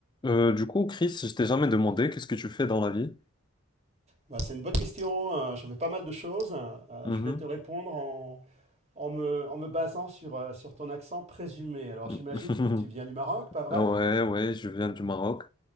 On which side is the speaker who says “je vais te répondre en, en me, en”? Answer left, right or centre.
Right